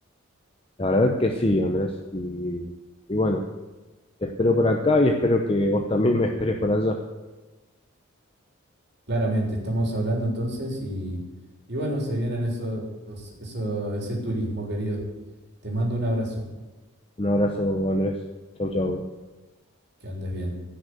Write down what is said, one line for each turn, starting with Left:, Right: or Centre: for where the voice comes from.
Left: La verdad que sí, Andrés. Y, y bueno, te espero por acá y espero que vos también me esperes por allá.
Right: Claramente, estamos hablando entonces y, y bueno, se vienen esos, eso, ese turismo, querido. Te mando un abrazo,
Left: Un abrazo, Andrés. Chau, chau.
Right: que andes bien.